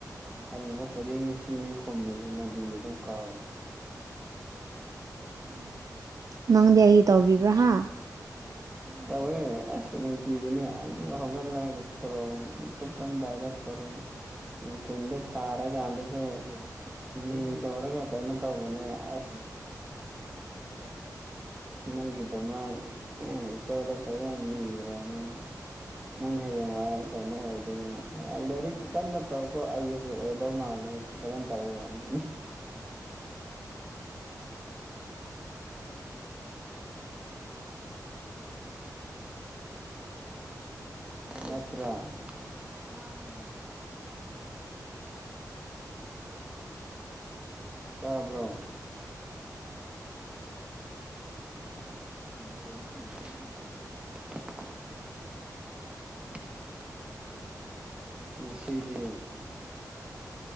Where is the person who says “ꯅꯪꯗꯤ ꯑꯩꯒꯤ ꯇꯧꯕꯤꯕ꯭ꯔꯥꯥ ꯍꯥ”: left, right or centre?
Right